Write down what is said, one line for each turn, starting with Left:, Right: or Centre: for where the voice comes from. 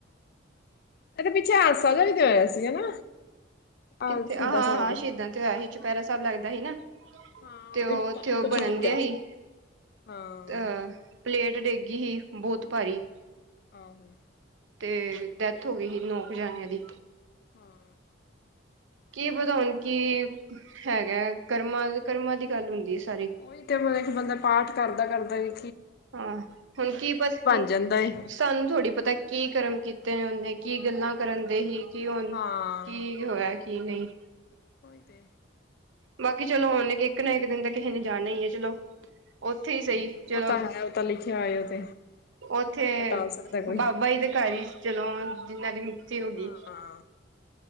Left: ਕਹਿੰਦੇ ਪਿੱਛੇ ਹਾਦਸਾ ਜਿਹਾ ਵੀ ਤੇ ਹੋਇਆ ਸੀ ਹਨਾ।
Right: ਕਿੱਥੇ
Left: ਆਹ ਸ਼ਹੀਦਾ
Right: ਹਾਂ-ਹਾਂ
Left: ਸਾਹਿਬ।
Right: ਸ਼ਹੀਦਾਂ ਤੇ ਹੋਇਆ ਸੀ ਚੁਪਹਿਰਾ ਸਾਹਿਬ ਲੱਗਦਾ ਸੀ ਨਾ‌।
Left: ਹਾਂ
Right: ਤੇ ਉਹ
Left: ਇੱਟ
Right: ਉੱਥੇ ਉਹ
Left: ਕੁਛ
Right: ਬਣਨ
Left: ਡਿੱਗਾ
Right: ਦਿਆਂ ਸੀ
Left: ਹਾਂ।
Right: ਅ ਪਲੇਟ ਡੇਗ ਹੀ ਹੀ ਬਹੁਤ ਭਾਰੀ।
Left: ਆਹੋ
Right: ਤੇ ਡੈਥ ਹੋ ਗਈ ਹੀ ਨੌ ਕੁ ਜਣਿਆਂ ਦੀ।
Left: ਹਾਂ
Right: ਕੀ ਪਤਾ ਹੁਣ ਕੀ ਹੈਗਾ ਕਰਮਾ-ਕਰਮਾਂ ਦੀ ਗੱਲ ਹੁੰਦੀ। ਸਾਰੀ
Left: ਉਹੀ ਤੇ ਮਤਲਬ ਇੱਕ ਬੰਦਾ ਪਾਠ ਕਰਦਾ-ਕਰਦਾ ਈ
Right: ਹਾਂ ਹੁਣ ਕੀ ਪਤਾ ਹੁਣ
Left: ਜਾਂਦਾ ਏ
Right: ਸਾਨੂੰ ਥੋੜ੍ਹੀ ਪਤਾ ਕੀ ਕਰਮ ਕੀ ਤੇ ਨੇ ਉਹਨੇ ਕੀ ਗੱਲਾਂ ਕਰਨ ਦਏ ਹੀ ਕੀ ਹੁਣ
Left: ਹਾਂ
Right: ਕੀ ਹੋਇਆ ਕੀ ਨਈ।
Left: ਉਹੀ ਤੇ
Right: ਬਾਕੀ ਚਲੋ ਹੁਣ ਕਿ ਇੱਕ ਨਾ ਇੱਕ ਦਿਨ ਤਾਂ ਕਿਸੇ ਨੇ ਜਾਣਾ ਹੀ ਹੈ ਚਲੋ ਉਥੇ ਹੀ ਸਹੀ ਚਲੋ।
Left: ਉਹ ਤਾਂ ਹੈ ਉਹ ਤਾਂ ਲਿਖਿਆ ਹੋਇਆ ਤੇ।
Right: ਉੱਥੇ,
Left: ਉਹਨੂੰ ਕਿਹੜਾ ਟਾਲ ਸਕਦਾ ਕੋਈ
Right: ਬਾਬਾ ਜੀ ਦੇ ਘਰ ਈ ਚਲੋ ਜਿੰਨਾਂ ਦੀ ਮੁਕਤੀ ਹੋਗੀ।
Left: ਹਾਂ